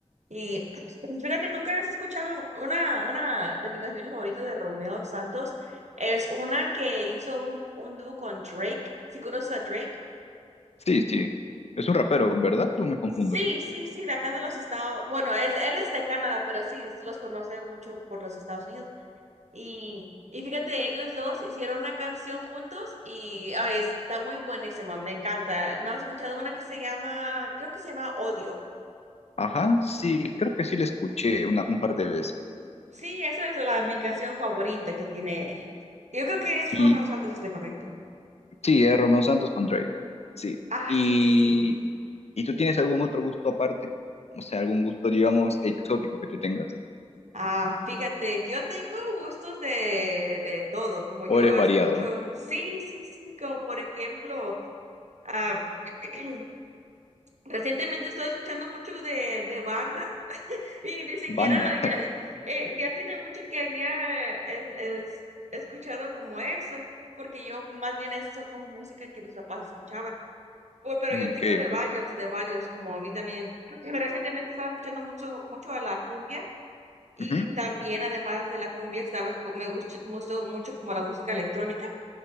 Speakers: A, on the right; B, on the left.
A: Y <clears throat> <tsk> fíjate, nunca has escuchado una, una de mis canciones favoritas de Romeo Santos, es una que hizo un, un dúo con Drake. ¿Sí conoces a Drake?
B: Sí, sí, es un rapero, ¿verdad? ¿O me confundo?
A: Sí, sí, sí, de acá de los Estados, bueno, es, él es de Canadá, pero sí, es- los conoce mucho por los Estados Unidos. Y, y fíjate, ellos dos hicieron una canción juntos y ay, está muy buenísima, me encanta. ¿No has escuchado una que se llama, creo que se llama Odio?
B: Ajá, sí, creo que sí le escuché una, un par de veces.
A: Sí, esa es la, mi canción favorita que tiene. Yo creo que es
B: Y
A: Romeo Santos, si estoy correcto.
B: sí, es Romeo Santos con Drake, sí.
A: Ah,
B: y
A: sí, sí, sí.
B: ¿Y tú tienes algún otro gusto aparte? O sea, algún gusto, digamos, exótico que tú tengas.
A: Ah, fíjate, yo tengo gustos de, de todo, como
B: ¿O
A: yo
B: eres
A: escucho,
B: variado?
A: sí, sí, sí, como por ejemplo, ah, <clears throat> recientemente estoy escuchando mucho de, de bandas. Y ni siquiera
B: Banda.
A: ya,
B: <laughs>
A: eh, ya tiene mucho que había eh, es- es- escuchado como eso, porque yo más bien eso son como música que mis papás escuchaban. Pu- pero
B: Mm,
A: yo
B: Ok,
A: tengo de
B: ok.
A: varios, de varios, como a mí también. <clears throat> Recientemente estaba escuchando mucho, mucho a la cumbia y
B: Ujú.
A: también además de la cumbia, sabes, Cu- me gusta mucho, mucho como la música electrónica,